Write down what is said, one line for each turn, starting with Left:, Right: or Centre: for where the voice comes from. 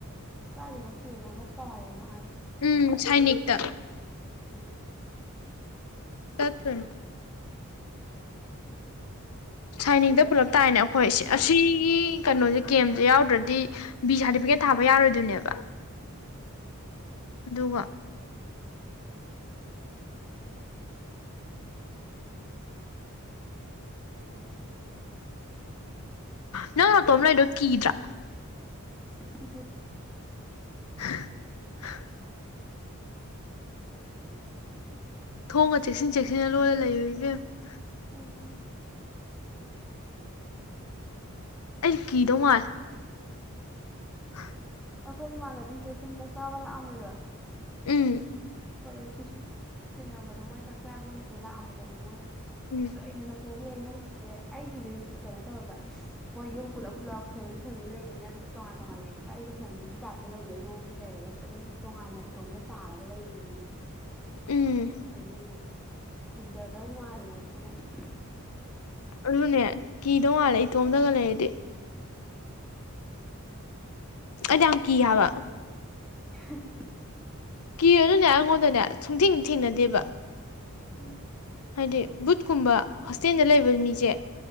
Centre: ꯀꯥꯏꯗꯅꯣ ꯀꯦꯝ ꯑꯃ ꯇꯥꯏꯌꯦꯅ ꯍꯥꯢ
Left: ꯎꯝ ꯁꯥꯏꯅꯤꯛ ꯇ
Centre: ꯑꯣ
Left: ꯆꯠꯇꯣꯏꯅꯦ ꯁꯥꯏꯅꯤꯡꯇ ꯄꯨꯂꯞ ꯇꯥꯏꯅꯦ ꯑꯩꯈꯣꯏ ꯑꯁꯤꯒꯤ ꯀꯩꯅꯣꯁꯦ ꯀꯦꯝꯁꯦ ꯌꯥꯎꯗ꯭ꯔꯥꯗꯤ ꯕꯤ ꯁꯥꯔꯇꯤꯐꯤꯀꯦꯠ ꯊꯥꯕ ꯌꯥꯔꯣꯏꯗꯣꯏꯅꯦꯕ
Centre: ꯑꯣ
Left: ꯑꯗꯨꯒ ꯅꯪ ꯅꯇꯣꯝ ꯂꯩꯗꯣ ꯀꯤꯗ꯭ꯔꯥ
Centre: ꯀꯤꯗꯦꯗ
Left: <inaudible> ꯊꯣꯡꯒ ꯆꯦꯛꯁꯤꯟ ꯆꯦꯛꯁꯤꯟꯅ ꯂꯣꯜꯂ ꯂꯩꯔꯨ ꯏꯕꯦꯝꯃ
Centre: ꯎꯝ
Left: ꯑꯩꯗꯤ ꯀꯤꯗꯧ ꯃꯥꯜꯂꯦ <inaudible>
Centre: ꯑꯩꯈꯣꯏ ꯏꯃꯥꯟꯅꯕꯤ ꯁꯤꯗ ꯁꯨꯝ ꯆꯥꯛ ꯆꯥꯕ ꯂꯥꯛꯑꯝꯃꯦꯕ
Left: ꯎꯝ
Centre: ꯀꯣꯂꯦꯖꯀꯤ ꯁꯨꯝ ꯇꯤꯟꯅꯕꯗꯣ ꯃꯣꯏ ꯆꯥꯛꯆꯥꯖꯦꯁꯤꯗ ꯂꯥꯛꯑꯝꯕꯗ ꯃꯣꯏꯅ
Left: ꯎꯝ
Centre: ꯀꯩꯅꯣ ꯅꯇꯣꯝ ꯇꯣꯝꯅꯦ ꯅꯪꯒꯤꯁꯦ ꯑꯩꯒꯤꯁꯦ ꯁ ꯀꯩꯅꯣ ꯇꯧꯋꯦꯕ ꯃꯣꯏ ꯌꯨꯝ ꯄꯨꯜꯂꯞ ꯄꯨꯜꯂꯞ ꯐꯦꯃꯤꯂꯤ ꯐꯦꯃꯤꯂꯤ ꯂꯩꯕꯩꯅꯦ ꯑꯗꯨꯝ ꯇꯣꯉꯥꯟ ꯇꯣꯉꯥꯟ ꯂꯩꯒꯔꯥꯒ ꯑꯩꯖꯦ ꯐꯦꯃꯤꯂꯤꯒꯤ ꯇꯥ ꯂꯩꯕꯒꯤ ꯃꯑꯣꯡꯗ ꯂꯩꯔꯒ ꯑꯗꯨꯝ ꯇꯣꯉꯥꯟꯅ ꯏꯇꯣꯝꯗ ꯇꯥꯔꯒ ꯂꯩꯅꯦ <inaudible>
Left: ꯎꯝ
Centre: ꯑꯗꯨꯒꯤ ꯀꯤꯖꯗꯧ ꯃꯥꯜꯂꯦ ꯃꯣꯏꯅ
Left: ꯑꯗꯨꯅꯦ ꯀꯤꯗꯧ ꯃꯥꯜꯂꯦ ꯏꯇꯣꯝꯗꯒ ꯂꯩꯔꯗꯤ ꯑꯩꯗ ꯌꯥꯝ ꯀꯤ ꯍꯥꯕ
Centre: <inaudible>
Left: ꯀꯤꯔꯖꯨ ꯑꯩꯉꯣꯟꯗꯅꯦ ꯁꯨꯡꯊꯦꯡꯗꯤ ꯊꯦꯡꯅꯗꯦꯕ
Centre: ꯎꯝ
Left: ꯍꯥꯏꯗꯤ ꯕꯨꯠꯀꯨꯝꯕ ꯍꯣꯁꯇꯦꯜꯗ ꯂꯩꯕ ꯃꯤꯖꯦ